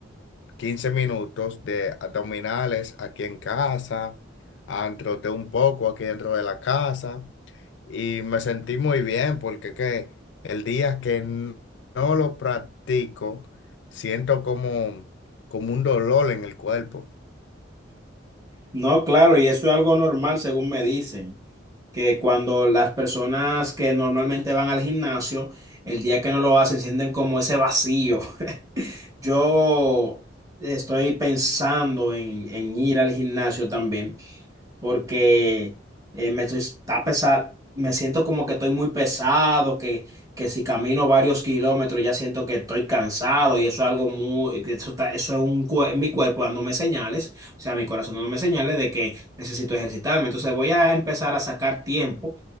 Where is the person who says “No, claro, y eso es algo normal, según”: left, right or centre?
Right